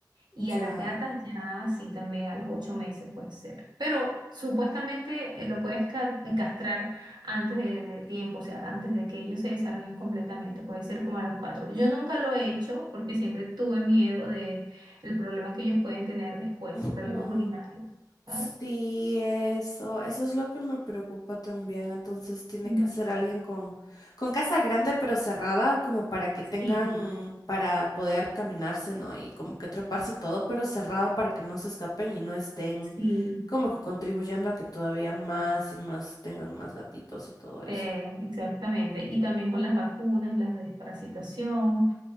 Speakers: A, on the right; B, on the left.
A: Y a
B: ya.
A: las gatas ya sí, también a los ocho meses puede ser. Pero supuestamente eh, lo puedes ca- castrar antes de, de tiempo, o sea, antes de que ellos se desarrollen completamente. Puede ser como a los cuatro. Yo nunca lo he hecho porque siempre tuve miedo de el problema que ellos pueden tener después,
B: Ujú.
A: problemas urinarios,
B: Sí,
A: ¿sabes?
B: eso, eso es lo que me preocupa también. Entonces tiene
A: Ujú.
B: que ser alguien con, con casa grande pero cerrada, como para que tengan,
A: Sí,
B: para poder caminarse, ¿no? Y como que treparse todo, pero cerrado para que no se escapen y no estén
A: sí,
B: como que contribuyendo a que todavía más y más tengan más gatitos y todo eso.
A: eh, exactamente. Y también con las vacunas, la desparasitación.